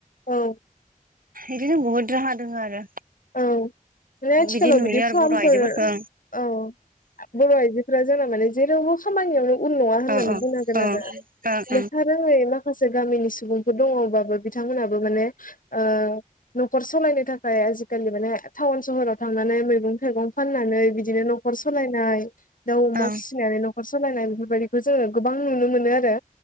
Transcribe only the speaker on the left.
औ।
औ माने आथिखालाव
फार्मफोर
औ बर' आइजोफोरा जोंना माने जेरावबो खामानियावनो उन नङा होननानै
बुंनांगोन आरो
लेखा रोङै माखासे गामिनि सुबुंफोर दङबाबो बिथांमोनाबो माने ओ न'खर सलायनो थाखाय- माने टाउन सहराव थांनानै मैगं थाइगं फाननानै बिदि बिदिनो न'खर सलायनाय दाउ अमा
फिसिनानै न'खर सलायनाय बेफोर- बेबायदिखौ जोङो गोबां नुनो मोनो आरो